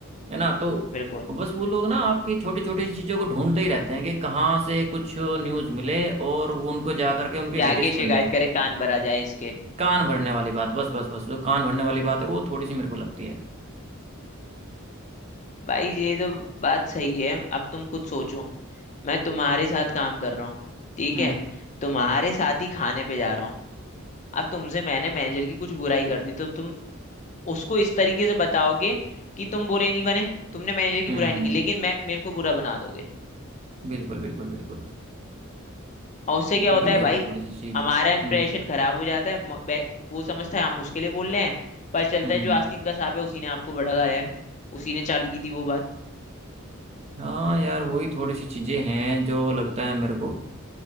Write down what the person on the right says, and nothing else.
है ना तो
बस वो लोग ना आपकी छोटी छोटी चीज़ों को ढूंढते ही रहते हैं कि कहाँ से कुछ न्यूज़ मिले और वो उनको जा करके उनके
हितैषी
बन जाए
कान भरने वाली बात बस बस बस जो कान भरने वाली बात है वो थोड़ी सी मेरे को लगती है
हम्म
हम्म
बिल्कुल बिल्कुल बिल्कुल
वही
है
थोड़ी सी चीज़
हम्म
हम्म
हाँ यार वही थोड़ी सी चीज़ें हैं जो लगता है मेरे को